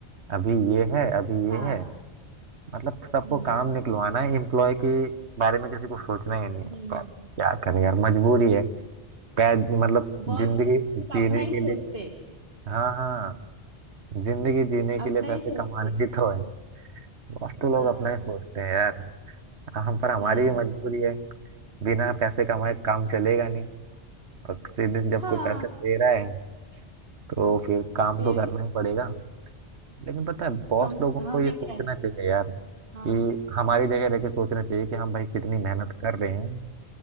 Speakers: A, on the right; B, on the right.
A: अभी ये है अभी
B: हाँ
A: ये है मतलब सबको
B: हम्म
A: काम निकलवाना है एम्प्लॉय के बारे में किसी को सोचना ही नहीं है
B: हम्म
A: पर क्या करें यार मजबूरी है पैद मतलब
B: बॉस
A: जिंदगी
B: सिर्फ
A: जीने
B: अपना
A: के
B: ही सोचते
A: लिए हाँ हाँ जिंदगी जीने के
B: अपना
A: लिए पैसे
B: ही सोचते
A: कमाने भी तो है बॉस तो लोग
B: हाँ
A: अपना ही सोचते हैं यार हम पर हमारी
B: हाँ
A: भी मजबूरी है बिना पैसे कमाए काम चलेगा नहीं और सीधे जब
B: हाँ
A: कोई पैसे दे रहा है तो फिर काम
B: फिर
A: तो करना ही पड़ेगा लेकिन पता है बॉस
B: हम
A: लोगों
B: हमें
A: को ये सोचना
B: क्या है
A: चाहिए यार
B: हाँ
A: कि हमारी जगह रह के सोचना चाहिए कि हम भाई कितनी मेहनत कर रहे हैं